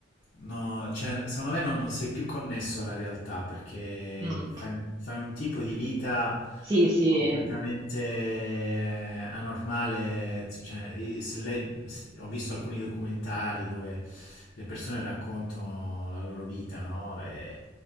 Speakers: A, on the left; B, on the right.
A: no, cioè, secondo me non, non sei più connesso alla realtà perché
B: Mm,
A: fai, fai un tipo di vita
B: Sì, sì.
A: completamente anormale. Cioè, io- se lei- se- ho visto alcuni documentari dove le persone raccontano la loro vita, no? E,